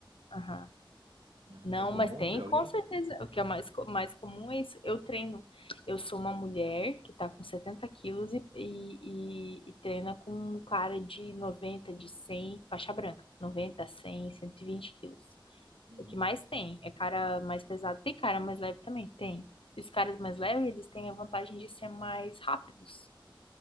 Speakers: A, on the left (about 80°); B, on the right (about 85°).
A: Aham.
B: né?
A: Não,
B: É comum
A: mas tem
B: ter alguém?
A: com certeza. O que é mais, co- mais comum é isso. Eu treino. Eu sou uma mulher que tá com 70 quilos e, e, e- e treina com um cara de 90 de 100 faixa branca. noventa cem cento e vinte quilos.
B: Uhum,
A: O que mais tem é cara mais pesado. Tem cara mais leve também? Tem. E os caras mais leves, eles têm a vantagem de ser mais rápidos.